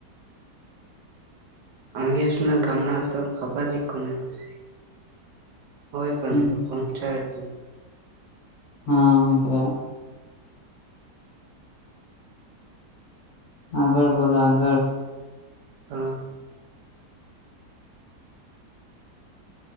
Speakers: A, on the right (about 85°); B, on the left (about 65°).
A: અંગ્રેજના ગામડા તો ખભરની કોને હશે. હય પણ
B: હમ
A: પહચા. જ.
B: હા મિત્રો. આગળ બોલો આગળ.
A: હા.